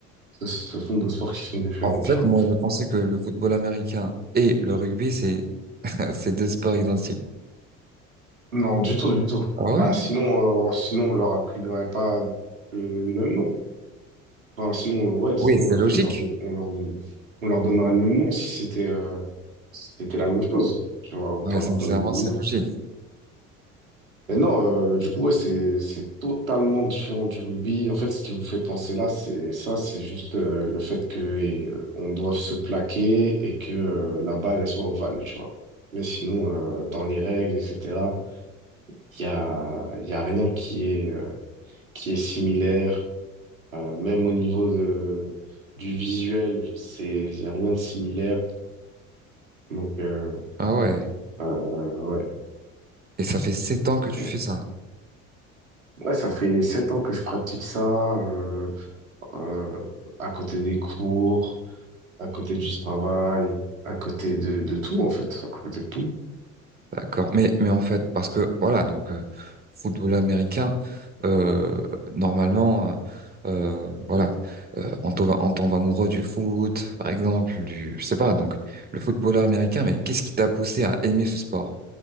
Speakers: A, on the right; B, on the right.
A: ce ce sont deux sports qui sont différents,
B: En fait,
A: tu vois.
B: moi, je pensais que le football américain et le rugby, c'est <laughs> c'est deux sports identiques.
A: Non, du tout, du tout.
B: Ah ouais?
A: Bah, sinon, euh, sinon, on leur attribuerait pas le, le même nom. Enfin, sinon, euh, ouais, sinon,
B: Oui, c'est
A: on leur,
B: logique.
A: on leur donne, on leur donne, on leur donnerait le même nom si c'était, euh, si c'était la même chose. Tu vois, autant
B: Ouais, sincèrement,
A: leur donner le même
B: c'est
A: nom.
B: logique.
A: Mais non, euh, du coup, ouais, c'est, c'est totalement différent du rugby. En fait, ce qui vous fait penser là, c'est ça, c'est juste euh, le fait que euh, on doive se plaquer et que euh, la balle, elle soit ovale, tu vois. Mais sinon, euh, dans les règles, etc., il y a, il y a rien qui est, euh, qui est similaire. Euh, même au niveau de, du visuel, c'est, il y a rien de similaire. Donc, euh,
B: Ah ouais.
A: euh, ouais.
B: Et ça fait sept ans que tu
A: Ouais,
B: fais ça.
A: Ouais, ça fait sept ans que je pratique ça. euh, euh, à côté des cours, à côté du travail, à côté de, de tout, en fait, à côté de tout.
B: D'accord. Mais, mais en fait, parce que, voilà, donc, euh, football américain, euh, normalement, euh, euh, voilà, euh, on tombe, on tombe amoureux du foot, par exemple, du, je sais pas, donc, le footballeur américain, mais qu'est-ce qui t'a poussé à aimer ce sport,